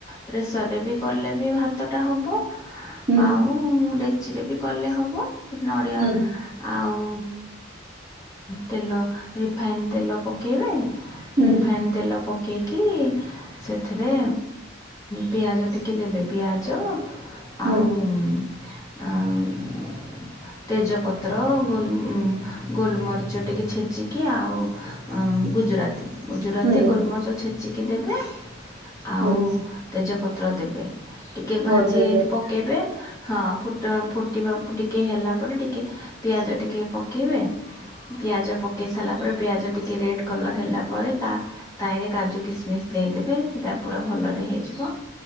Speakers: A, on the left; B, on the right.
A: ପ୍ରେସରରେ ବି କଲେ ବି ଭାତଟା ହେବ।
B: ହୁଁ
A: ଆଉ ଡେକ୍ଚିରେ ବି କଲେ ହବ ନଡ଼ିଆ
B: ହୁଁ
A: ଆଉ ତେଲ ରିଫାଇନ୍ ତେଲ ପକାଇବେ
B: ହୁଁ
A: ରିଫାଇନ୍ ତେଲ ପ ପକେଇକି ସେଥିରେ ପିଆଜ ଟିକେ ଦେବେ ପିଆଜ
B: ହୁଁ
A: ଆଉ <unintelligible> ତେଜପତ୍ର ଗୋଲ ଗୋଲମରିଚ ଟିକେ ଛେଚିକି ଆଉ ଗୁଜୁରାତି। ଗୁଜୁରାତି
B: ହୁଁ
A: ଗୋଲମରିଚ ଛେଚିକି ଦେବେ ଆଉ
B: ହୁଁ
A: ତେଜପ ପତ୍ର ଦେବେ ଟିକେ ଭାଜି
B: ଓ ହଁ
A: ପକାଇବେ ହଁ ଫୁ ଫୁଟିବା ଟିକେ ହେଲା ପରେ ଟିକେ ପିଆଜ ଟିକେ ପକାଇବେ ପିଆଜ ପକାଇ ସାରିଲା ପରେ ପିଆଜ ଟିକେ ରେଡ୍ କଲର୍ ହେଲା ପରେ ତା ତାାଇରେ କାଜୁ କିସମିଶ ଦେଇଦେବେ ସେଇଟା ପୁରା ଭଲରେ ହେଇଯିବ।